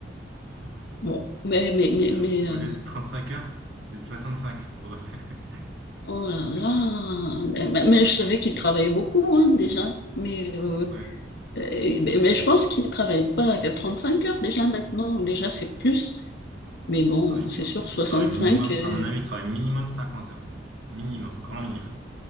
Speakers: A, on the right (about 80°); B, on the left (about 55°).
A: <laughs>
B: Bon, mais mais mais
A: Tu
B: mais
A: vois, au
B: euh,
A: lieu de 35 heures, c'était 65. <laughs>
B: oh là là, mais, mais- mais je savais qu'il travaillait beaucoup hein, déjà, mais euh,
A: Ouais.
B: Euh, mais je pense qu'ils ne travaillent pas à 35 heures déjà maintenant, déjà c'est plus. Mais
A: Mais
B: bon,
A: il travaille bien
B: c'est sûr,
A: plus.
B: 65,
A: Il travaille minimum,
B: euh,
A: à mon avis, il travaille minimum 50 heures. Minimum, grand minimum.